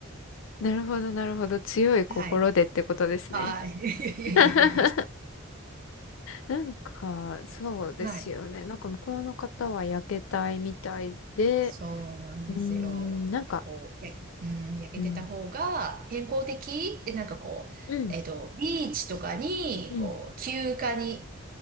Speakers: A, on the left; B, on the right.
A: なるほど、なるほど。強い心でってことですね。
B: はい。ああ、いやいやいやいやいや。
A: <laughs> なんか、そうですよね。
B: はい。
A: なんか向こうの方は焼けたいみたいで、
B: そうなんですよ。
A: うーん、なんか、
B: なんかこう、や、うん、焼けてた方が健康的で、
A: うん、
B: なんかこう、
A: うん、
B: えっと、ビーチとかに、
A: うん、
B: こう、休暇に、